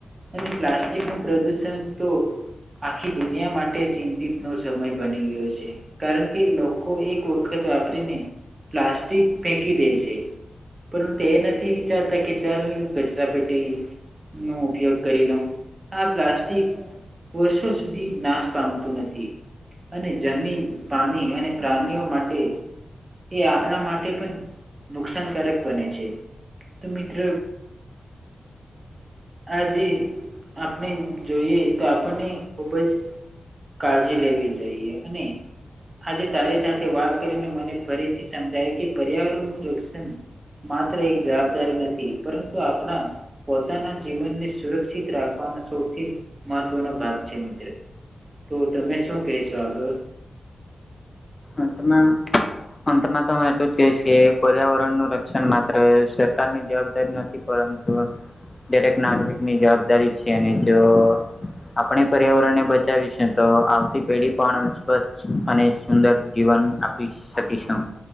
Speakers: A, on the right; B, on the left.
A: અને પ્લાસ્ટિક નું પ્રદુષણ તો આખી દુનિયા માટે ચિંતિત નો સમય બની ગયો છે કારણ કે લોકો એક વખત વાપરીને પ્લાસ્ટ્ટિક ફેંકી દે છે. પરંતુ એ નથી વિચારતા કે ચાલ કચરા પેટી નો ઉપયોગ કરી લો આ પ્લાસ્ટિક વર્ષો સુધી નાશ પામતું નથી. અને જમીન, પાણી અને પ્રાણીઓ માટે એ આપણા માટે પણ નુકસાનકારક બને છે. તો મિત્ર આજે આપણે જોઈએ તો આપણને ખુબ જ કાળજી લેવી જોઈએ અને આજે તારી સાથે વાત કરીને મને ફરીથી સમજાય કે પર્યાવરણનું રક્ષણ- માત્ર એક જવાબદારી નથી પરંતુ આપણા પોતાના જીવનને સુરક્ષિત રાખવાનો સૌથી મહત્વનો ભાગ છે મિત્ર તો તમે શું કહેશો આગળ?
B: એટમા. અંતમાં તો હું એટલું જ કહીશ કે પર્યાવરણ નું રક્ષણ માત્ર સરકાર ની જવાબદારી નથી. પરંતુ દરેક નાગરિક ની જવાબદારી છે અને જો આપણે પર્યાવરણ ને બચાવીશ તો આવતી પેઢી પણ સ્વચ્છ અને સુંદર જીવન આપી શકીશું.